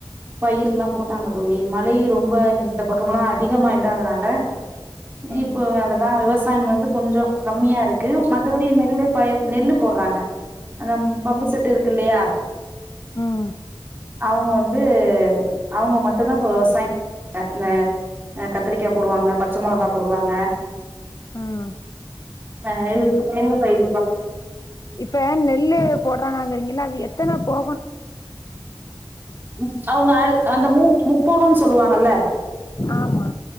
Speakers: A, on the right (about 25°); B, on the left (about 45°).
A: பயிர்லா போட்டாங்க தோழி மழை ரொம்ப இந்த பக்கமல்லா அதிகமா இல்லாதனால
B: ம்
A: இப்போ அதெல்லா விவசாயம் வந்து கொஞ்சோ கம்மியா இருக்கு மத்தபடி நெல்ல ப நெல்லு போடறாங்க அந்த ம் பம்பு செட் டு இருக்கில்லயா
B: ம்
A: அவங்க வந்து அவங்க மட்டுந்தா இப்போ விவசாயோ ங்க இந்த ஆ கத்திரிக்கா போடுவாங்க பச்ச மொளகா போடுவாங்க
B: ம்
A: அ இல் இல்ல தோழி
B: இப்ப நெல்லு போடுறாங்கங்கிறீங்க ல்ல அது எத்தன போ
A: ம் அவங்க அது அந்த மு முப்போகம்னு சொல்லுவாங்க இல்ல
B: ஆமா